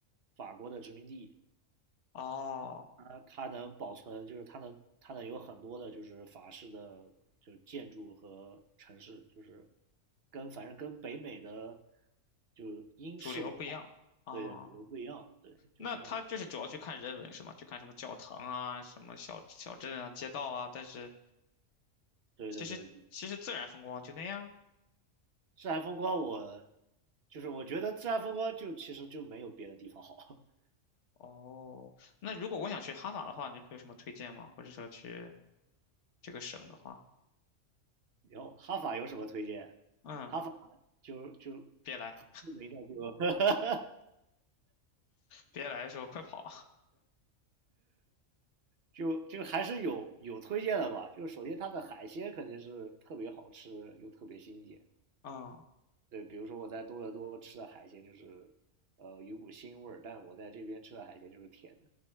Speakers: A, on the right (about 55°); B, on the left (about 65°).
A: 法国的殖民地，
B: 哦，
A: 它它能保存，就是它能它能有很多的，就是法式的就是建筑和城市，就是跟反正跟北美的就是英式文化
B: 主流不一样啊。
A: 对的主流不一样，
B: 哦
A: 对，就非常有
B: 那他就是主要去看人文是吗？去看什么教堂啊、什么小小镇啊、街道啊，但是
A: 对对对，
B: 其实其实自然风光就那样。
A: 自然风光我就是我觉得自然风光就其实就没有别的地方好。<laughs>
B: 哦，那如果我想去哈法的话，你会有什么推荐吗？或者说去这个省的话，
A: 然后哈法有什么推荐？
B: 嗯，
A: 哈法就就
B: 别来，
A: 著名的就 <laughs> 哈哈
B: 别来的时候快跑，
A: 就就还是有有推荐的吧。就是首先它的海鲜肯定是特别好吃又特别新鲜。
B: 嗯，
A: 对，比如说我在多伦多吃的海鲜就是呃有股腥味儿，但我在这边吃的海鲜就是甜的，